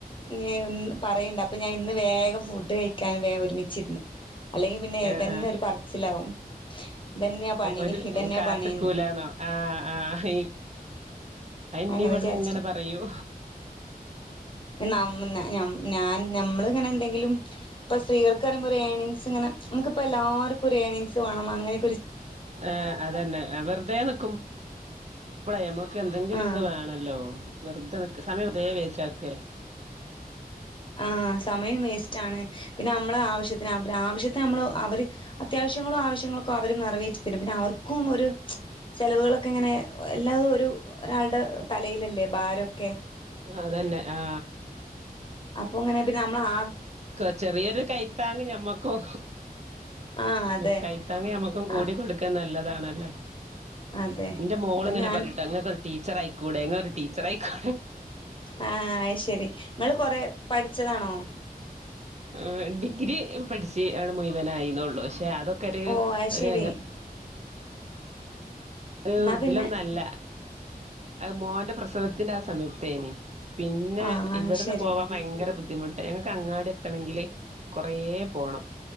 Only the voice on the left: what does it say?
ഞ്ഞി പറയ്ണ്ട് അപ്പൊ ഞാന് ഇന്ന് വേഗം ഫുഡ് കഴിക്കാന് വേം ഒരുമിച്ചിരിന്ന് അല്ലെങ്കിൽ പിന്നെ യെതന്നെ
ഒരു പറച്ചിലാവും ഇതന്നെയാ പണി
ഇതന്നെയാ
പണിന്ന്
അങ്ങനെ
വിചാരിച്ചിട്ട്
നമ്മ് ന ഞ്ഞം ഞാൻ നമ്മള് ഇങ്ങനെ എന്തെങ്കിലും ഇപ്പ സ്ത്രീകൾക്ക് പറയുമ്പോ ഒരു ഏണിങ്സ്ങ്ങെ നമക്കിപ്പ എല്ലാവർക്കും ഒരു ഏണിങ്സ് വേണം അങ്ങനെ
ആഹ്
ആ സമയം വേസ്റ്റാണ്. പിന്നെ നമ്മള ആവശ്യത്തിന് അവര് ആവശ്യത്തിന് നമ്മള് അവര് അത്യാവശ്യങ്ങളും ആവശ്യങ്ങളു ഒക്കെ അവര് നിറവേറ്റി തരും. പിന്നെ അവർക്കും ഒരു ചെലവുകളൊക്കെ ഇങ്ങനെ എല്ലാതും ഒരു ഒരാൾടെ തലയിലല്ലേ ഭാരൊക്കെ
അപ്പൊ അങ്ങനെ പിന്നെ നമ്മളാ
ആഹ് അതെ
ആഹ്
അതെ
അപ്പൊ ഞാൻ
ആ അയ്ശരി നിങ്ങള്ൾ കൊറെ പഠിച്ചതാണോ
ഓ അത്
ശരി
എന്നാ
പിന്നെ
ആഹ് അത്
ശരി